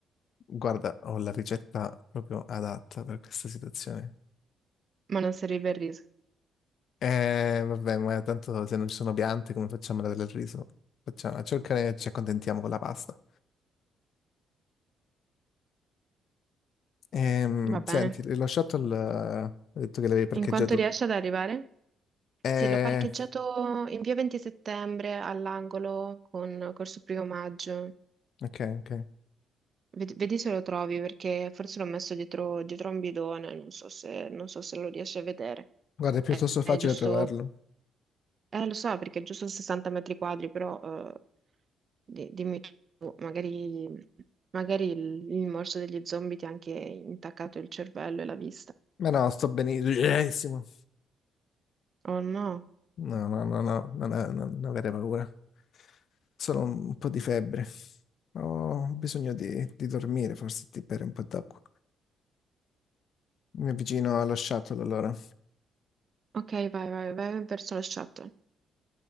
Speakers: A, on the left (about 65°); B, on the right (about 45°).
A: Guarda, ho la ricetta proprio adatta per questa situazione.
B: Ma non serve il riso.
A: Eh, vabbè, ma tanto se non ci sono piante, come facciamo ad avere il riso? Facciamo, cercare, ci accontentiamo con la pasta. Ehm,
B: Va bene.
A: senti, lo shuttle, eh, hai detto che l'avevi parcheggiato.
B: In quanto riesce ad arrivare?
A: Eh,
B: Sì, l'ho parcheggiato in via 20 settembre all'angolo con Corso Primo Maggio.
A: ok, ok.
B: Ved- Vedi se lo trovi perché forse l'ho messo dietro, dietro a un bidone, non so se, non so se lo riesci a vedere.
A: Guarda, è piuttosto
B: È, è
A: facile
B: giusto.
A: trovarlo.
B: Eh, lo so, perché è giusto 60 metri quadri, però eh, di- dimmi tu, magari, magari il, il morso degli zombie ti ha anche intaccato il cervello e la vista.
A: Ma no, sto benissimo.
B: Oh no.
A: No, no, no, no, no, non, non- non avere paura. Solo un po' di febbre. Ho bisogno di, di dormire, forse di bere un po' d'acqua. Mi avvicino allo shuttle allora.
B: Ok, vai, vai, vai verso lo shuttle.